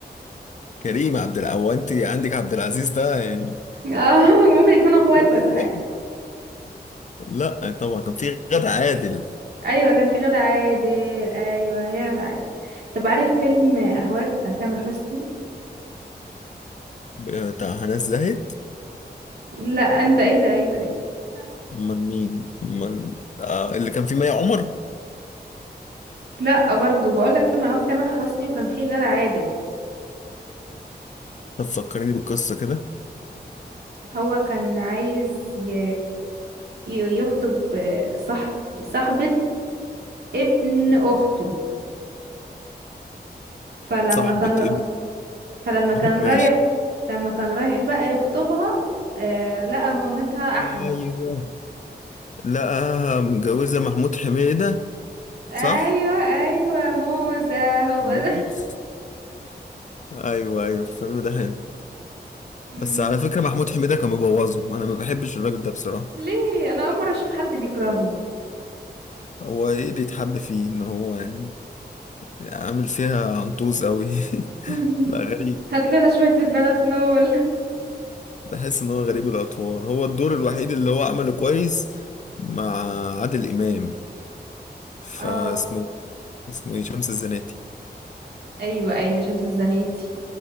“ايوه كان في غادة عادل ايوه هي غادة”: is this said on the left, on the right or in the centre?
Right